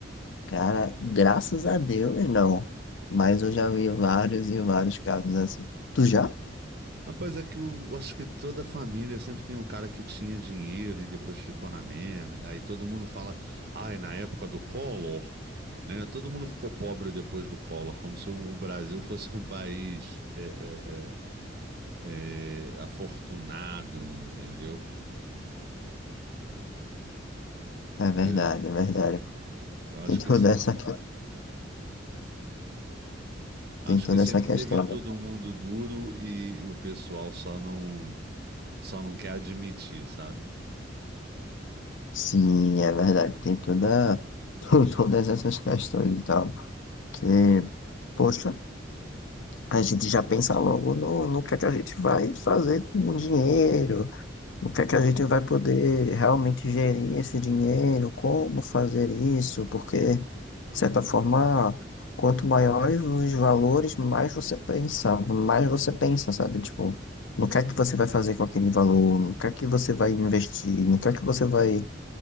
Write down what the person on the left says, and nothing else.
Cara, graças a Deus, não. Mas eu já vi vários e vários casos assim. Tu já?
É verdade,
é verdade.
Tem toda
essa, que-
tem toda
essa questão,
né?
Sim, é verdade. Tem toda, <laughs> todas essas questões e tal. Que, poxa, a gente já pensa logo no, no que é que a gente vai fazer com o dinheiro, no que é que a gente vai poder realmente gerir esse dinheiro, como fazer isso, porque, de certa forma, quanto maiores os valores, mais você pensa, mais você pensa, sabe? Tipo, no que é que você vai fazer com aquele valor, no que é que você vai investir, no que é que você vai,